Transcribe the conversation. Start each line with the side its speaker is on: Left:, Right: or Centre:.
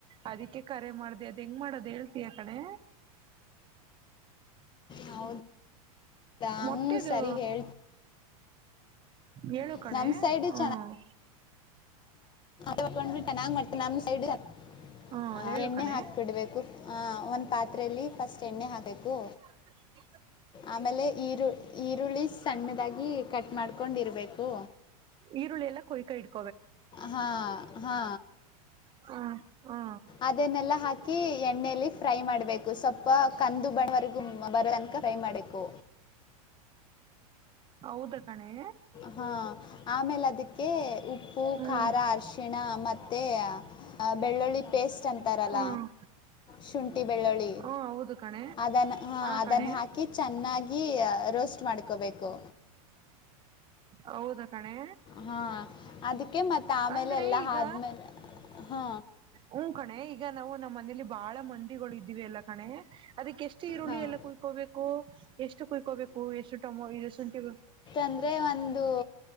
Right: ಅದಕ್ಕೆ ಕರೆ ಮಾಡ್ದ ಹೆಂಗ್ ಮಾಡೋದು ಹೇಳ್ತಯ ಕಣೆ.
Left: ಹೌದು ನಾೂ
Right: ಮೊಟ್ಟೆದು
Left: ಸರಿ ಹೇಳ್ತ.
Right: ಹೇಳು ಕಣೆ
Left: ನಮ್ಮ ಸೈಡ್
Right: ಹ್ಮ್
Left: ಚೆನ್ನ. ನಂಗೊಂಡ್ ಬಿಟ್ಟ ನಂಗ ಮ ನಮ್ಮ್ ಸೈಡ್. <inaudible>
Right: ಹಾ ಹೇಳು
Left: ಎಣ್ಣೆ
Right: ಕಣೆ
Left: ಹಾಕ್ಬಿಡ್ಬೇಕು ಆ ಒಂದ್ ಪಾತ್ರೆಯಲ್ಲಿ ಫಸ್ಟ್ ಎಣ್ಣೆ ಹಾಕ್ಬೇಕು
Right: ಹ
Left: ಆಮೇಲೆ ಈರು ಈರುಳ್ಳಿ ಸಣ್ಣದಾಗಿ ಕಟ್ ಮಾಡ್ಕೊಂಡಿರ್ಬೇಕು
Right: ಈರುಳ್ಳಿೆಲ್ಲ ಕೊಯ್ಾ ಇಡ್ತು
Left: ಹಾ ಹಾ.
Right: ಹ ಹ್ಮ.
Left: ಅದನ್ನೆಲ್ಲಾ ಹಾಕಿ ಎಣ್ಣಲಿ ಫ್ರೈ ಮಾಡ್ಬೇಕು ಸ್ವಲ್ಪ ಕಂದು ಬಣವರ್ಗು ಬರ. ಫ್ರೈ ಮಾಡಬೇಕು
Right: ಹೌದ ಕಣೆ
Left: ಹಾ ಆಮೇಲೆ ಅದಕ್ಕೆ ಉಪ್ಪು
Right: ಹ್ಮ್
Left: ಖಾರ ಅರಶಿ ಿಣ ಮತ್ತುತ್ತ ಬೆಳ್ಳುಳ್ಳಿ ಪೇಸ್ಟ್ ಅಂತಾರಲ್ಲ
Right: ಹ್ಮ್
Left: ಶುಂಠಿ ಬೆಳ್ಳುಳ್ಳಿ
Right: ಹ್ಮ ಹೌದು ಕಣೆ
Left: ಅದನ್ನು ಹ
Right: ಆ
Left: ಅದನ್ನು
Right: ಕಣೆ
Left: ಹಾಕಿ ಅಕಿ ಚೆನ್ನಾಗಿ ರೋಸ್ಟ್ ಮಾಡ್ಕೋಬೇಕು
Right: ಹೌದಾ ಕಣೆ
Left: ಹಾ ಅದಕ್ಕೆ ಮತ್ತೆ ಆಮೇಲೆ
Right: ಅಂದ್ರೆ
Left: ಎಲ್ಲಾ
Right: ಈಗ
Left: ಆದ್ಮೇಲೆ ಹಾ
Right: ಹ್ಮ ಕಣೆ ಈಗ ನಾವು ನಮ್ಮ್ ಮನೇಲಿ ಬಾಳ ಮಂದಿಗಳು ಇದ್ದಿವ ಎಲ್ಲ ಕಣೆ ಅದಕ್ಕೆ ಎಷ್ಟು ಈರುಳ್ಳಿ
Left: ಹಾಂ
Right: ಎಲ್ಲ ಕುಯ್ಕೋಬೇಕು ಎಷ್ಟು ಕುಯ್ಕೋಬೇಕು ಎಷ್ಟು ಟಮೊ ಇ ಎಷ್ಟುಂಟಿ
Left: ಅಂದ್ರೆ ಒಂದು.